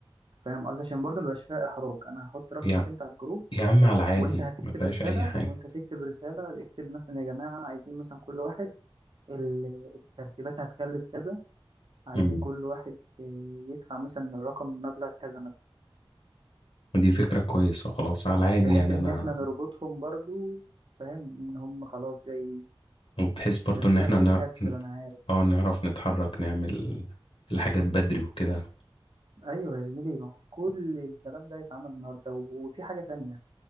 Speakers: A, on the right; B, on the left.
A: فاهم قصدي عشان برضو مبيبقاش فيها احراج انا هحط رقمك
B: يا
A: انت على الجروب
B: يا عم على العادي
A: وانت هتكتب
B: ما فيهاش
A: رساله
B: أي حاجة
A: وانت تكتب رساله اكتب مثلا يا جماعه عايزين مثلا كل واحد ال- الترتيبات هتكلف كذا عايزين
B: مم.
A: كل واحد إيه، يدفع مثلا الرقم مبلغ كذا مثلا
B: دي فكرة كويسة خلاص على العادي
A: بحيث
B: يعني
A: ان
B: أنا
A: احنا نربطهم برضو فاهم ان هم خلاص جايين
B: وبحيث برضو
A: عشان في
B: إن احنا
A: ناس بتكسل
B: نا...
A: انا عارف
B: اه نعرف نتحرك نعمل الحاجات بدري وكده
A: ايوه يا زميلي ما هو كل الكلام ده يتعمل النهارده وفي حاجه تانية